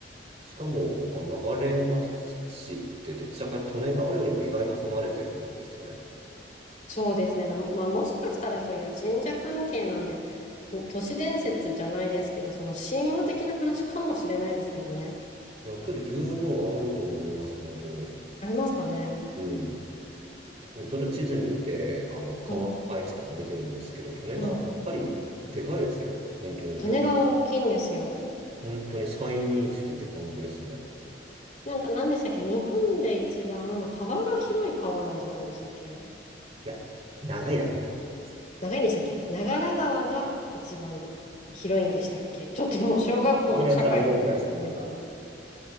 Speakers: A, on the right (about 40°); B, on the left (about 45°).
A: しかも、あ流山市ってどちらかと利根川よりも意外と離れてるんですよね。
B: そうですね。だまあ、もしかしたらそういう神社関係なんで、都市伝説じゃないですけど、その神話的な話かもしれないですけどね。
A: いや、けど十分あると思います、本当に。
B: ありますかね。
A: うん。今、ちょっと地図見て、あの、川の配置とか見てるんですけど、
B: うん。
A: 利根川やっぱりでかいですよ。
B: うん。
A: 本当に。
B: 利根川大きいんですよ。
A: 今、本当に再認識って感じですね。
B: なんか何でしたっけ日本で一番幅が広い川なんじゃないでしたっけ
A: いや、長いだと思います。
B: 長いんでしたっけ長良川が一番広いんでしたっけちょっともう小学校の社会
A: ごめんなさい、覚えてないですね、なんか。
B: ですけど。